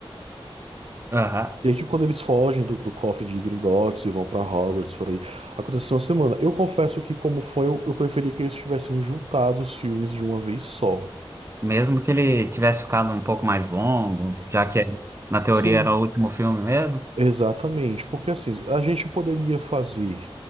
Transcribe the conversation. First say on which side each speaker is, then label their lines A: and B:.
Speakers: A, on the right; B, on the right.
A: Aham.
B: Desde quando eles fogem do, do cofre de Gringotts e vão pra Hogwarts, por aí. Aconteceu uma semana. Eu confesso que, como foi, eu, eu preferia que eles tivessem juntado os filmes de uma vez só.
A: Mesmo que ele tivesse ficado um pouco mais longo, já que na teoria
B: Sim.
A: era o último filme mesmo,
B: Exatamente, porque assim, a gente poderia fazer